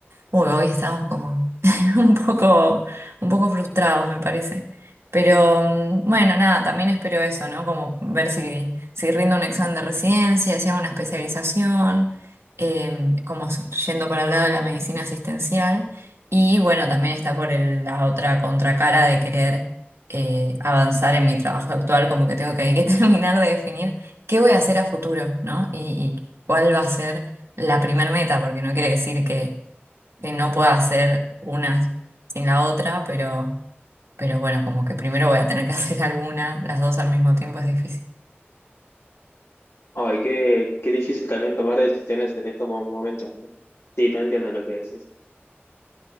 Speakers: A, on the right (about 80°); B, on the left (about 85°).
A: Uy, hoy estamos como <laughs> un poco, un poco frustrados, me parece. Pero mm, bueno, nada, también espero eso, ¿no? Como ver si, si rindo un examen de residencia, si hago una especialización, eh, como s- yendo para el lado de la medicina asistencial. Y bueno, también está por el- la otra contracara de querer eh, avanzar en mi trabajo actual, como que tengo que, hay que <laughs> terminar de definir qué voy a hacer a futuro, ¿no? Y, y cuál va a ser la primer meta, porque no quiere decir que que no pueda hacer una sin la otra, pero, pero bueno, como que primero voy a tener que <laughs> hacer alguna, las dos al mismo tiempo es difícil.
B: Ay, qué, qué difícil también tomar decisiones en estos mo- momentos, ¿no? Sí, te entiendo lo que decís.